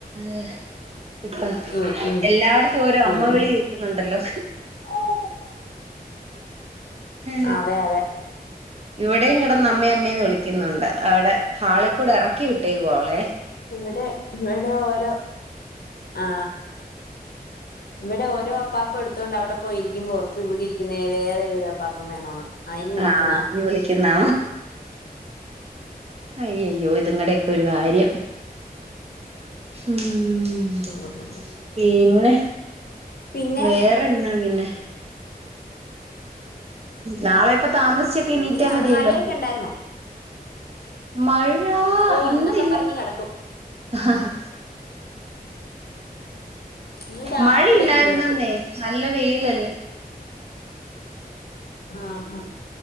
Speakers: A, on the right (about 40°); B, on the left (about 70°).
A: <inaudible> ഇപ്പൊ
B: ഉം ഉം
A: എല്ലായിടത്തും ഓരോ അമ്മ
B: ഉം.
A: വിളി കേക്കുന്നുണ്ടല്ലോ
B: <inaudible>
A: ഏ
B: അതെ അതെ
A: ഇവിടെയും കിടന്ന് അമ്മേ അമ്മേന്ന് വിളിക്കുന്നുണ്ട് അവിടെ ഹാളി കൂടെ ഇറക്കി
B: ഇവിടെ
A: വിട്ടേ അവളെ
B: ഇവിടെ ഇവിടെ ഓരോ ആ ഇവിടെ ഓരോ അപ്പാപ്പ എടുത്തൊണ്ട് അവിടെ പോയിരിക്കുമ്പോൾ പുറത്ത് ഇവിടെ ഇരിക്കുന്ന വേറെ ഏത ഒരു അപ്പാപ്പ അപ്പം വേണോന്ന് അയിന് വിളിക്കുന്ന
A: ആ നീ വിളിക്കുന്നോ അയ്യ അയ്യോ ഇതിങ്ങടേക്കെ ഒരു കാര്യം ഉം ഉം
B: ഉം
A: പീന്നെ
B: പിന്നെ
A: വേറെണാ പിന്നെ നാളെ ഇപ്പെ താമസിച്ചൊക്കെ
B: പിന്നെ
A: എണീറ്റാ
B: അവിടെ
A: മതിയല്ലോ
B: മഴയൊക്കെ ഉണ്ടായിരുന്നോ
A: മഴ
B: ഓ
A: ഇന്നില്ല
B: എന്നൊക്കെ പറഞ്ഞ് കിടക്കും
A: ആഹ്
B: ഇന്നും രാവിലെ
A: മഴ ഇല്ലാറ്ന്നെന്നെ
B: അങ്ങ് എഴുന്നേക്കും
A: നല്ല വെയില
B: ആഹ് ആഹ്